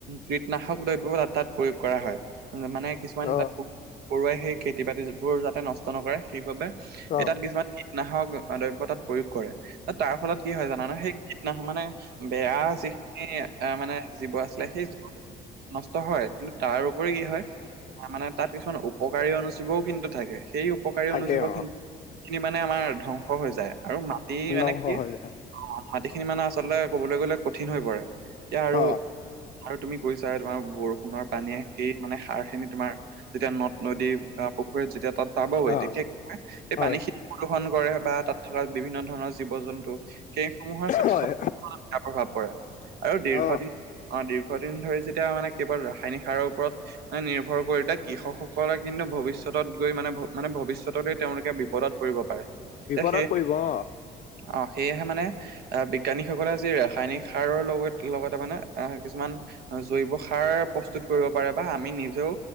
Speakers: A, on the right; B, on the left.
A: কীটনাশক দ্ৰব্যও তাত প্ৰয়োগ কৰা হয় মানে কিছুমান
B: অ
A: তাত প পৰুৱাই সেই খেতি বাতিবোৰ যাতে নষ্ট নকৰে সেইবাবে এ
B: অ
A: তাত কিছুমান কীটনাশক দ্ৰব্যতাত প্ৰয়োগ কৰে তাৰ ফলত কি হয় জানানে সেই কীটনাশক মানে বেয়া যিখিনি এ মানে জীৱ আছিলে সেই নষ্ট হয় কিন্তু তাৰ উপৰি কি হয় মানে তাত কিছুমান উপকাৰী অনুজীৱও কিন্তু থাকে সেই উপকাৰী
B: থাকে
A: অনুজীৱ
B: অ
A: খিনি স খিনি মানে আমাৰ ধ্বংস হৈ যায় আৰু মাটি মানে
B: ধ্বংস
A: কি
B: হৈ যায়
A: মাটি খিনি মানে আচলতে কবলৈ গলে কঠিন হৈ পৰে এতিয়া আৰু
B: অ
A: আৰু তুমি কৰি চাই তোমাৰ বৰষুণৰ পানীয়ে সেই মানে সাৰ খিনি তোমাৰ যেতিয়া নদ নদী বা পুখুৰীত যেতিয়া তাত পাবগৈ
B: অ
A: তেতিয়া কি সেই
B: হয়
A: পানী খিন প্ৰদূষন কৰে বা তাত থকা বিভিন্ন ধৰণৰ জীৱ - জন্তু সেই সমূহৰ স্বাস্থ্যৰ
B: হয়
A: বেয়া প্ৰভাৱ পৰে আৰু দীৰ্ঘদিন
B: অ
A: - দীৰ্ঘদ দিন ধৰি যেতিয়া মানে কেৱল ৰাসায়নিক সাৰৰ ওপৰত নিৰ্ভৰ কৰিলে কৃষকসকলে কিন্তু ভৱিষ্যতত গৈ মানে মানে ভৱিষ্যতলৈ তেওঁলোকে বিপদত পৰিব পাৰে। এতিয়া
B: বিপদত
A: সেই
B: পৰিব অ,
A: অ, সেয়েহে মানে আহ বিজ্ঞানীসকলে আজি ৰাসায়নিক সাৰৰ লগ লগতে মানে আহ কিছুমান জৈৱ সাৰ প্ৰস্তুত কৰিব পাৰে বা আমি নিজেও